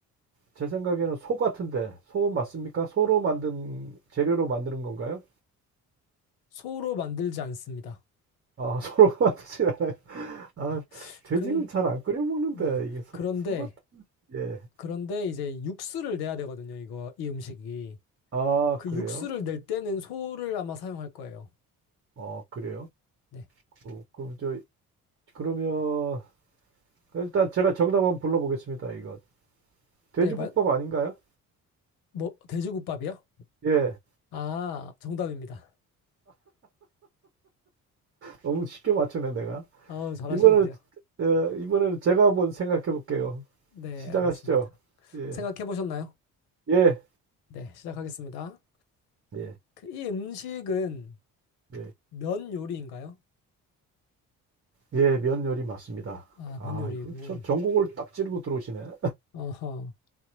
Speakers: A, on the right; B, on the left.
A: 제 생각에는 소 같은데 소 맞습니까? 소로 만든 재료로 만드는 건가요?
B: 소로 만들지 않습니다.
A: 아 <laughs> 소로 만드진 않아요. 아
B: 네.
A: 돼지는
B: 그런,
A: 잘 안 끓여 먹는데
B: 네.
A: 이게 소,
B: 그런데,
A: 소 같은 예.
B: 그런데 이제 육수를 내야 되거든요. 이거, 이 음식이.
A: 아
B: 그
A: 그래요?
B: 육수를 낼 때는 소를 아마 사용할 거예요.
A: 어 그래요?
B: 네.
A: 그, 그럼 저 그러면 일단 제가 정답 한번 불러보겠습니다. 이거 돼지국밥
B: 네. 말,
A: 아닌가요?
B: 뭐, 돼지국밥이요?
A: 예.
B: 아, 정답입니다.
A: 너무 쉽게 맞추네 내가.
B: 아우, 잘하시는데요.
A: 이번에는 예, 이번에는 제가 한번 생각해 볼게요.
B: 네.
A: 시작하시죠.
B: 알겠습니다.
A: 예.
B: 생각해 보셨나요?
A: 예.
B: 네. 시작하겠습니다.
A: 예.
B: 그, 이 음식은
A: 예.
B: 면 요리인가요?
A: 예, 면열이 맞습니다.
B: 아,
A: 아,
B: 면 요리고.
A: 이거 참 전국을 딱 찌르고 들어오시네.
B: 어허.